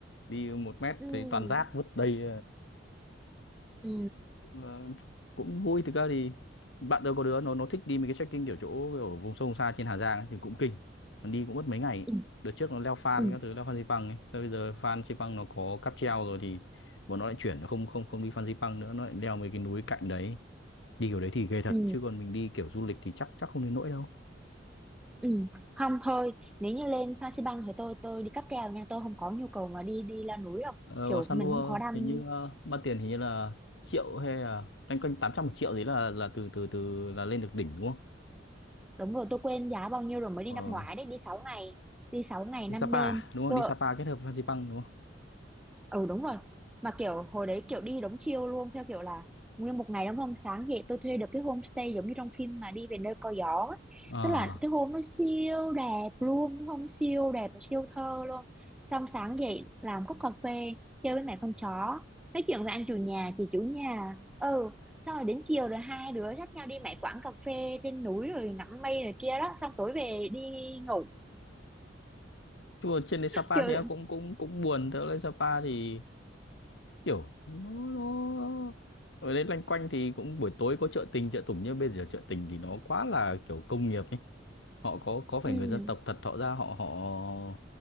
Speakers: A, on the left; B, in the centre.
A: đi một mét
B: ừ
A: thấy toàn rác vứt đầy.
B: ừ
A: Ờ, cũng vui thực ra thì bạn tôi có đứa nó nó thích đi mấy cái trekking kiểu chỗ ở vùng sâu vùng xa trên Hà Giang ấy, thì cũng kinh còn đi cũng mất mấy ngày ấy.
B: ừ
A: đợt trước nó leo Phan
B: ừ
A: các thứ leo Phan Xipang ấy sau bây giờ Phan Xipang nó có cáp treo rồi thì bọn nó lại chuyển nó không không không đi Phan Xipang nữa nó lại leo mấy cái núi cạnh đấy đi kiểu đấy thì ghê thật
B: ừ
A: chứ còn mình đi kiểu du lịch thì chắc chắc không đến nỗi đâu
B: Ừ, không thôi nếu như lên Phan Xi Păng thì tôi tôi đi cáp treo nha tôi không có nhu cầu mà đi đi leo núi đâu
A: ờ, có
B: kiểu
A: San
B: mình
A: Lua
B: không có đăng
A: hình như uh, ban tiền hình như là triệu hay là canh quanh 800 một triệu đấy là là từ từ từ là lên được đỉnh đúng không
B: đúng rồi tôi quên giá bao nhiêu rồi mới đi
A: ờ
B: năm ngoái đấy đi sáu ngày đi sáu ngày
A: đi
B: năm
A: Sapa
B: đêm
A: à? đúng không
B: tôi
A: đi Sapa kết hợp với Phan Xipang đúng không
B: ừ đúng rồi mà kiểu hồi đấy kiểu đi đống chiêu luôn theo kiểu là nguyên một ngày đúng không sáng dậy tôi thuê được cái homestay giống như trong phim mà đi về nơi có gió á.
A: Ờ.
B: tức là cái hôm nó siêu đẹp luôn đúng không siêu đẹp và siêu thơ luôn xong sáng dậy làm cốc cà phê chơi với mẹ con chó nói chuyện với anh chủ nhà chị chủ nhà ừ xong rồi đến chiều rồi hai đứa dắt nhau đi mấy quán cà phê trên núi rồi ngắm mây này kia đó xong tối về đi ngủ
A: Chứ mà trên đấy Sapa
B: kiểu
A: thì em cũng cũng cũng buồn thế lên Sapa thì kiểu nó nó ở đây loanh quanh thì cũng buổi tối có chợ tình chợ tủng nhưng bây giờ chợ tình thì nó quá là kiểu công nghiệp ấy họ có có phải
B: ừ
A: người dân tộc thật họ ra họ họ